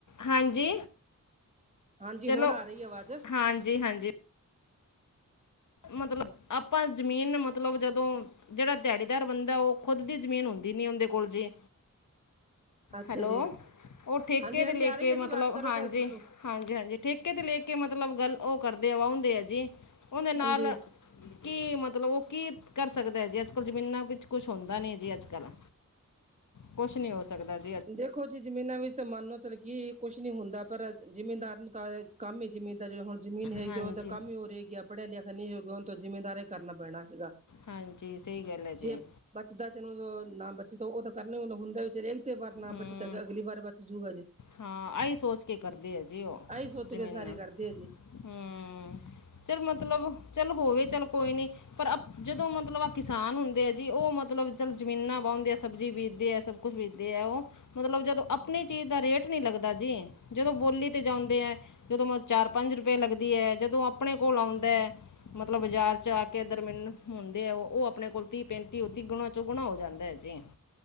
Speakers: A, on the left (about 65°); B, on the right (about 20°).
A: ਹਾਂਜੀ।
B: ਹਾਂਜੀ,
A: ਚਲੋ
B: ਹੁਣ ਆ ਰਈ ਏ ਅਵਾਜ਼।
A: ਹਾਂਜੀ ਹਾਂਜੀ ਮਤਲਬ ਆਪਾਂ ਜ਼ਮੀਨ ਮਤਲਬ ਜਦੋਂ ਜੇੜਾ ਦਿਹਾੜੀਦਾਰ ਬੰਦੈ, ਓਹ ਖੋਦ ਦੀ ਜ਼ਮੀਨ ਹੁੰਦੀ ਨੀ ਓੰਦੇ ਕੋਲ ਜੀ‌।
B: ਅੱਛਾ
A: ਹੈਲੋ,
B: ਜੀ
A: ਓਹ ਠੇਕੇ
B: ਹਾਂਜੀ ਹਾਂਜੀ
A: ਤੇ ਲੇਕੇ
B: ਆ ਰਹੀ ਹੈ
A: ਮਤਲਬ,
B: ਜੀ ਆਵਾਜ਼ ਕਰੋ
A: ਹਾਂਜੀ।
B: ਗੱਲ ਤੁਸੀਂ
A: ਹਾਂਜੀ ਹਾਂਜੀ, ਠੇਕੇ ਤੇ ਲੈ ਕੇ ਮਤਲਬ ਗੱਲ ਓਹ ਕਰਦੇ ਐ ਵਾਹੁੰਦੇ ਐ ਜੀ। ਉੰਦੇ ਨਾਲ
B: ਹਾਂਜੀ
A: ਕੀ ਮਤਲਬ ਓਹ ਕੀ ਕਰ ਸਕਦੈ ਜੀ, ਅੱਜ-ਕੱਲ੍ਹ ਜ਼ਮੀਨਾਂ ਵਿੱਚ ਕੁਛ ਹੁੰਦਾ ਨੀ ਜੀ ਅੱਜ-ਕੱਲ੍ਹ। ਕੋਛ ਨੀ ਹੋ ਸਕਦਾ ਜ
B: ਦੇਖੋ ਜੀ। ਜ਼ਮੀਨਾਂ ਵਿੱਚ ਤਾਂ ਮੰਨ ਲੋ ਚਲ ਕੀ ਕੁਛ ਨੀ ਹੁੰਦਾ, ਪਰ ਜ਼ਿਮੀਦਾਰ ਨੂੰ ਤਾਂ ਏ ਕੰਮ ਏ ਜ਼ਿਮੀ ਦਾ ਜੇ ਹੁਣ ਜ਼ਮੀਨ ਹੈਗੀ
A: ਹਾਂਜੀ
B: ਓਹ ਦਾ ਕੰਮ ਈ ਔ ਰਹਿ ਗਿਆ। ਪੜ੍ਹਿਆ-ਲਿਖਿਆ ਨਹੀਂ ਹੋਗਾ ਓਹਨ ਤੋ ਜ਼ਿਮੀਦਾਰ ਏ ਕਰਨਾ ਪੈਣਾ ਹੈਗਾ।
A: ਹਾਂਜੀ ਸਹੀ ਗੱਲ ਹੈ ਜੀ
B: ਜੇ ਬਚਦਾ ਚੇਨੂੰ ਜੋ ਨਾ ਬਚ ਓਹ ਤਾਂ ਕਰਨ ਓਨੂੰ ਹੁੰਦੈ ਵੀ ਚੇ ਏਈ ਤੇ ਵਰ ਨਾ
A: ਹੂੰ
B: ਬਚਤ ਹੈਗਾ, ਅਗਲੀ ਵਾਰ ਬਚ ਜੂਗਾ ਜੀ।
A: ਹਾਂ, ਐਈ ਸੋਚ ਕੇ ਕਰਦੇ ਐ ਜੀ ਓਹ
B: ਆਹੀ ਸੋਚ
A: ਜ਼ਮੀਨਾਂ,
B: ਕੇ ਸਾਰੇ ਕਰਦੇ ਆ ਜੀ
A: ਹੂੰ। ਚੱਲ ਮਤਲਬ ਚੱਲ ਹੋਵੇ ਚੱਲ ਕੋਈ ਨੀ ਪਰ ਅਪ ਜਦੋਂ ਮਤਲਬ ਆ ਕਿਸਾਨ ਹੁੰਦੇ ਐ ਜੀ, ਉਹ ਮਤਲਬ ਚੱਲ ਜ਼ਮੀਨਾਂ ਵਾਹੁੰਦੇ ਐ, ਸਬਜ਼ੀ ਬੀਤਦੇ ਐ, ਸਭ ਕੁਛ ਬੀਤਦੇ ਐ ਓਹ। ਮਤਲਬ ਜਦੋਂ ਅਪਣੀ ਚੀਜ਼ ਦਾ ਰੇਟ ਨੀ ਲੱਗਦਾ ਜੀ ਜਦੋਂ ਬੋਲੀ ਤੇ ਜਾਂਦੇ ਐ। ਜਦੋਂ ਮੈਂ ਚਾਰ-ਪੰਜ ਰੁਪਏ ਲੱਗਦੀ ਐ, ਜਦੋਂ ਅਪਣੇ ਕੋਲ ਆਉਂਦੈ, ਮਤਲਬ ਬਜ਼ਾਰ ਚ ਆ ਕੇ ਦਰਮਿਨ ਹੁੰਦੇ ਐ, ਓ ਅਪਣੇ ਕੋਲ ਤੀਹ-ਪੈਂਤੀ ਔ ਤਿਗੁਣਾ ਚੋਂਗੁਣਾ ਹੋ ਜਾਂਦਾ ਐ ਜੀ।